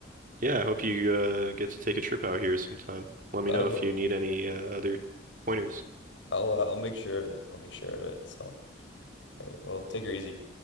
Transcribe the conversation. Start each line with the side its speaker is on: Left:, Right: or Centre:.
Right: Yeah, I hope you uh, get to take a trip out here sometime. Let me know
Left: I will.
Right: if you need any uh, other pointers.
Left: I'll uh, I'll make sure of it. I'll make sure of it. So, all right. Well, take her easy.